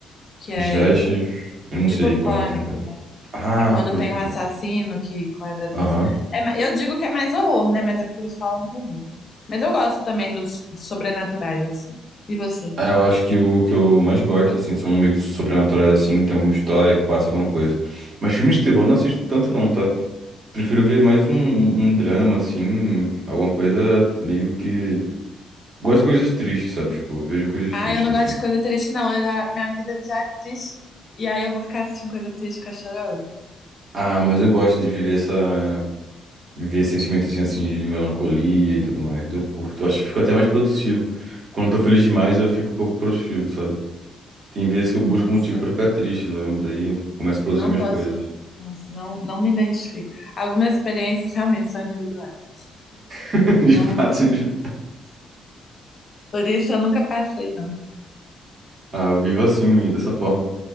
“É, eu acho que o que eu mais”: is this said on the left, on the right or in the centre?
Right